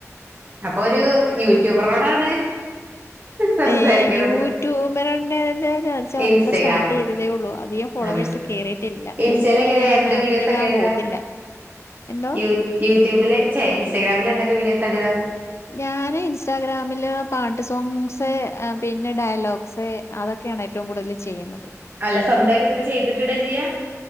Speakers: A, on the right (about 30°); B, on the left (about 55°).
A: അപ്പൊ ഒരു യൂട്യൂബറോടാണ്- സംസാരിക്കണത്
B: ഏയെ യൂട്യൂബ് എന്താ വെച്ചാൽ
A: ഇൻസ്റ്റഗ്രാമിൽ
B: അതിപ്പോ സ്റ്റാർട്ട് ചെയ്തതേ ഉള്ളൂ അധികം- ഫോളോവേഴ്സ്
A: അതെ
B: കേയറിയിട്ടില്ല
A: ഇൻസ്റ്റയിൽ
B: യൂട്യൂബില്
A: എങ്ങനെ
B: ഞാൻ അങ്ങനെ
A: എന്ത് വീഡിയോസ്
B: ആക്റ്റീവ്
A: ഒക്കെ
B: ആകാൻ
A: ഇടുക
B: പോത്തില്ല എന്തോ
A: യൂ യൂട്യൂബില് ഛെ ഇൻസ്റ്റഗ്രാമില് എന്തൊക്കെ വീഡിയോസ് ആ ഇടുക
B: ഞാന് ഇൻസ്റ്റാഗ്രാമില് പാട്ട് സോങ്സ് പിന്നെ ഡയലോഗ്സ് അതൊക്കെയാണ് ഏറ്റവും കൂടുതല് ചെയ്യുന്നത്
A: അല്ല സ്വന്തമായിട്ട് ഇങ്ങനെ ചെയ്തിട്ട് ഇടുവാ ചെയ്യാ